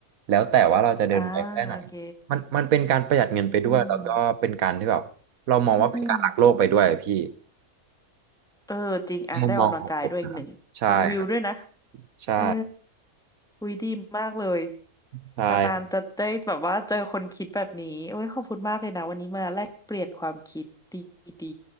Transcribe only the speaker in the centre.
อ่าโอเค
อืมอืมเออจริงอ่ะได้ออกกำลังกายด้วยอีกหนึ่งชมวิวด้วยนะ
เออคุยดีมากเลย
นานๆจะได้แบบว่าเจอคนคิดแบบนี้โอ้ยขอบคุณมากเลยนะวันนี้มาแลกเปลี่ยนความคิดดี